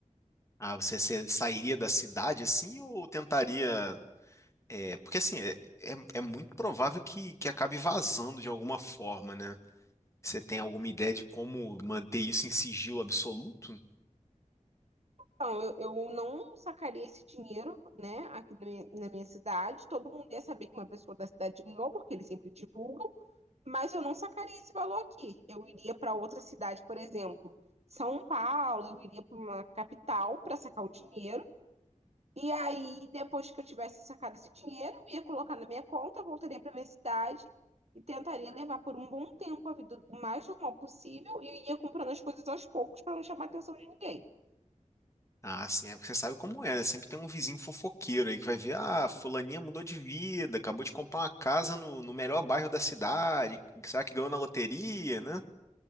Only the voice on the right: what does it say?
Então, eu, eu não sacaria esse dinheiro, né, aqui na minha, na minha cidade. Todo mundo ia saber que uma pessoa da cidade ganhou, porque eles sempre divulgam, mas eu não sacaria esse valor aqui. Eu iria para outra cidade, por exemplo, São Paulo, eu iria para uma capital para sacar o dinheiro. E aí, depois que eu tivesse sacado esse dinheiro, eu ia colocar na minha conta, voltaria para minha cidade e tentaria levar por um bom tempo a vida o mais normal possível e ia comprando as coisas aos poucos para não chamar a atenção de ninguém.